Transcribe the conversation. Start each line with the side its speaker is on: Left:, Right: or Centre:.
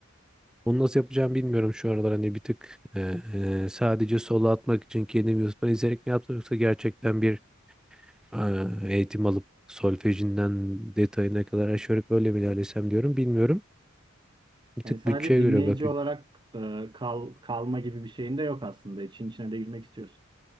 Centre: Onu nasıl yapacağımı bilmiyorum şu aralar. Hani bir tık e, e, sadece solo atmak için kendim YouTube'dan izleyerek mi yapsam yoksa gerçekten bir e, eğitim alıp solfejinden detayına kadar aşağı yukarı böyle mi ilerlesem diyorum bilmiyorum. Bir tık
Right: Yani sadece
Centre: bütçeye
Right: dinleyici
Centre: göre bakın.
Right: olarak e, kal kalma gibi bir şeyin de yok aslında. İçin içine de girmek istiyorsun.